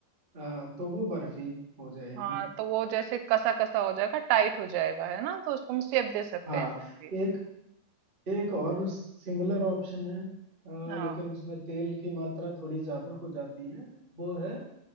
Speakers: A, on the right; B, on the right.
A: आ, तो वो बर्फी हो जाएगी
B: हाँ तो वो जैसे कसा कसा हो जाएगा टाइट हो जाएगा है ना तो उसको हम शेप दे सकते
A: हाँ
B: हैं कोई भी
A: एक एक और सिमिलर ऑप्शन है आ,
B: हाँ
A: लेकिन उसमें तेल की मात्रा थोड़ी ज्यादा हो जाती है वो है